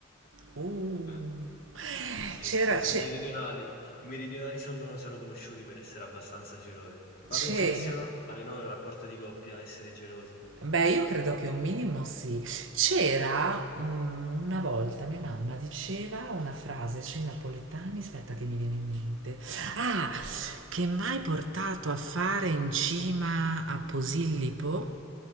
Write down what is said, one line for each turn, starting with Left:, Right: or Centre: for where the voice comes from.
Left: <laughs>
Right: Uh.
Left: Sì,
Right: C'era,
Left: sono
Right: c'è,
Left: meridionali. I meridionali sono, sono conosciuti per essere abbastanza gelosi, ma
Right: c'è
Left: penso che sia normale, no, nel rapporto di coppia essere gelosi.
Right: Beh, io credo che un minimo sì. C'era mm, una volta mia mamma diceva una frase sui napoletani, aspetta che mi viene in mente. Ah,
Left: Mm.
Right: che m'hai portato a fare in cima a Posillipo,